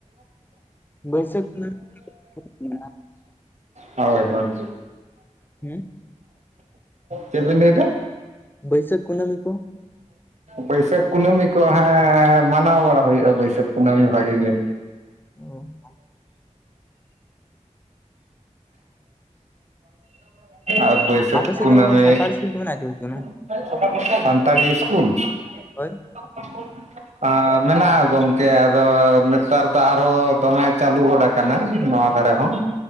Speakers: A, on the left (about 15°); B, on the right (about 60°).
A: ᱵᱟᱹᱭᱥᱟᱹᱠᱷ ᱠᱩᱱᱟᱹᱢᱤ ᱢᱮᱱᱟᱜᱼᱟ,
B: ᱦᱳᱭ ᱦᱳᱭ᱾
A: ᱦᱩᱸ
B: ᱪᱮᱜ ᱵᱤᱱ ᱞᱟᱹᱭ ᱫᱟ?
A: ᱵᱟᱹᱭ ᱥᱟᱸᱠ ᱠᱩᱱᱟᱸᱢᱤ ᱠᱚ᱾
B: ᱵᱟᱹᱭᱥᱟᱹᱠᱷ ᱠᱩᱱᱟᱹᱢᱤ ᱠᱚ ᱦᱮᱸ ᱢᱟᱱᱟᱣ ᱵᱟᱲᱟ ᱦᱩᱭᱩᱜᱼᱟ ᱵᱟᱹᱭᱥᱟᱹᱠᱷ ᱠᱩᱱᱟᱹᱢᱤ ᱵᱷᱟᱜᱮ ᱜᱮ᱾
A: ᱚ᱾
B: ᱟᱨ ᱵᱟᱹᱭᱥᱟᱹᱠᱷ
A: ᱟᱯᱮ ᱥᱮᱫ
B: ᱠᱩᱱᱟᱹᱢᱤ
A: ᱫᱚ ᱥᱟᱱᱛᱟᱲ ᱤᱥᱠᱩᱞ ᱠᱚ ᱢᱮᱱᱟᱜᱼᱟ ᱪᱮ ᱵᱟᱹᱪᱩᱜ ᱟᱱᱟ?
B: <inaudible> ᱥᱟᱱᱛᱟᱲ ᱤᱥᱠᱩᱞ᱾
A: ᱦᱳᱭ
B: <unintelligible> ᱮᱸ ᱢᱮᱱᱟᱜᱼᱟ ᱜᱚᱝᱠᱮ ᱟᱫᱚ ᱱᱮᱛᱟᱨ ᱫᱚ ᱟᱨᱦᱚ ᱫᱚᱢᱮ ᱪᱟᱹᱞᱩ ᱜᱚᱵᱟᱠ ᱠᱟᱱᱟ ᱱᱚᱣᱟ ᱫᱷᱟᱨᱮ ᱦᱚᱸ᱾